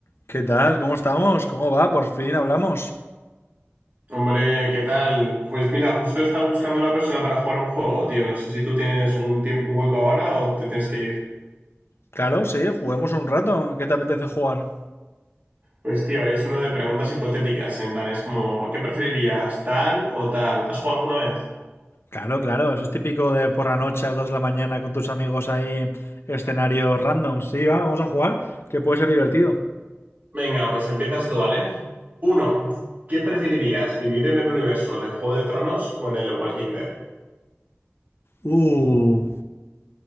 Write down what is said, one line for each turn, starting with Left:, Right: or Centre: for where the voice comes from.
Left: ¿Qué tal? ¿Cómo estamos? ¿Cómo va? Por fin hablamos.
Right: Hombre, ¿qué tal? Pues mira, justo estaba buscando una persona para jugar un juego, tío. No sé si tú tienes un tiempo un hueco ahora o te tienes que ir.
Left: Claro, sí, juguemos un rato. ¿Qué te apetece jugar?
Right: Pues tío, es uno de preguntas hipotéticas, en plan, es como, ¿qué preferirías, tal o tal? ¿Has jugado alguna vez?
Left: Claro, claro, eso es típico de por la noche a las 2 de la mañana con tus amigos ahí, escenarios random. Sí, va, vamos a jugar, que puede ser divertido.
Right: Venga, pues empiezas tú, ¿vale? Uno, ¿qué preferirías, vivir en el universo de Juego de Tronos o en el de Walking Dead?
Left: Uh,